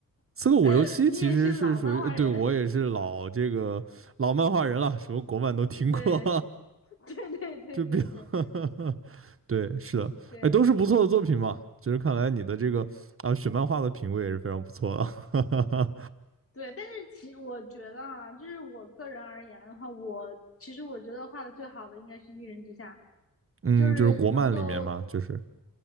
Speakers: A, on the right; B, on the left.
A: 《刺客伍六七》其实是属于，
B: <laughs> 你也是老漫画人，
A: 呃对，我也是老这个老漫画人了，什么国漫都听过，
B: 对。<laughs> 对对对对对
A: <laughs> 就比较 <laughs> 对，是的，
B: 对
A: 哎，都是不错的作品嘛。就是看来你的这个啊选漫画的品味也是非常不错的，
B: 对，但是其实我觉得啊，就是我个人而言的话，我其实我觉得画的最好的应该是《一人之下》，
A: <laughs> 嗯，
B: 就是能够
A: 就是国漫里面嘛，就是